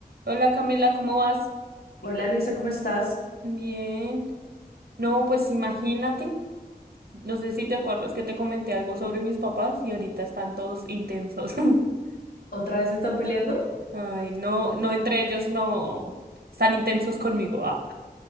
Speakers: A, on the right; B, on the left.
A: Hola Camila, ¿cómo vas?
B: Hola Luisa, ¿cómo estás?
A: Bien. No, pues imagínate, no sé si te acuerdas que te comenté algo sobre mis papás y ahorita están todos intensos. <laughs>
B: ¿Otra vez están peleando?
A: Ay, no, no entre ellos, sino están intensos conmigo, ah,